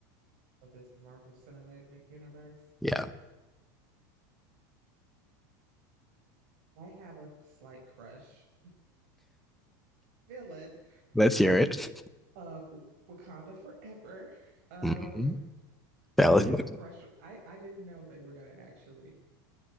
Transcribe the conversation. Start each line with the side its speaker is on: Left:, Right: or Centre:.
Right: Of this Marvel Cinematic Ni- Universe.
Centre: Yeah,
Right: I have a slight crush, villain
Centre: let's hear it.
Right: of Wakanda Forever.
Centre: <laughs>
Right: Um,
Centre: hmm That
Right: I
Centre: was
Right: have
Centre: Ooh.
Right: a crush. I, I didn't know they were gonna actually